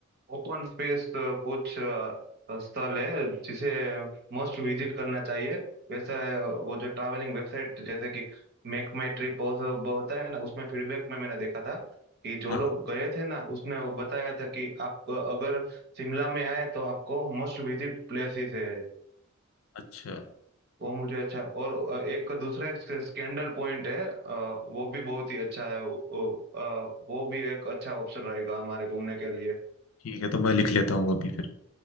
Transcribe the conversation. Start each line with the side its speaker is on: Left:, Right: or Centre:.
Right: ओपन स्पेस कुछ अ, स्थल है जिसे मस्ट विजिट करना चाहिए वैसा अ, वो जो ट्रैवलिंग वेबसाइट जैसे कि मेक माई ट्रिप होता है ना उसमें फीडबैक में मैंने देखा था कि जो
Left: हाँ
Right: लोग
Left: हाँ,
Right: गए थे ना उसने वो बताया था कि आप अ, अगर शिमला में आए तो आपको मस्ट विजिट प्लेसेस है
Left: अच्छा
Right: वो मुझे अच्छा और अ, एक दूसरा एक स्कैंडल पॉइंट है अ, वो भी बहुत ही अच्छा है वो, अ, वो भी एक अच्छा ऑप्शन रहेगा हमारे घूमने के लिए
Left: ठीक है तो मैं लिख लेता हूँ अभी फिर